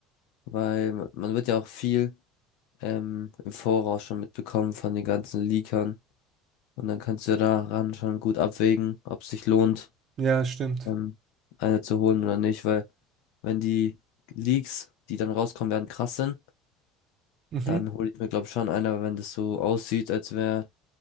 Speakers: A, on the left; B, on the right.
A: Weil man man wird ja auch viel ähm, im Voraus schon mitbekommen von den ganzen Leakern. Und dann kannst du ja daran schon gut abwägen, ob es sich lohnt,
B: Ja, stimmt.
A: ähm, eine zu holen oder nicht, weil wenn die Leaks, die dann rauskommen werden, krass sind,
B: Mhm.
A: dann hole ich mir, glaube ich, schon eine, aber wenn das so aussieht, als wäre